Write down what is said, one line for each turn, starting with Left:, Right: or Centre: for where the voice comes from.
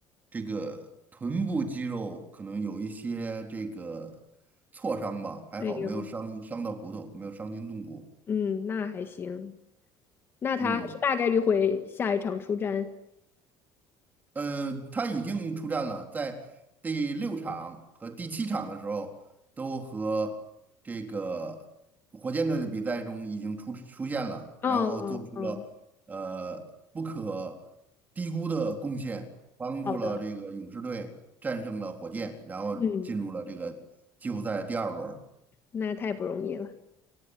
Right: 这个臀部肌肉可能有一些这个挫伤吧，还好没有伤伤到骨头，
Left: 哎呦，
Right: 没有伤筋动骨。
Left: 嗯，那还行，那他还是大概率会下一场出战。
Right: 嗯。呃，他已经出战了，在第六场和第七场的时候，都和这个火箭队的比赛中已经出出现了，然后做出了呃不可低估的贡献，
Left: 哦哦哦，
Right: 帮助了这个勇士队战胜了火箭，
Left: 好的，
Right: 然后进入了这个季后赛第二轮儿
Left: 嗯，那太不容易了。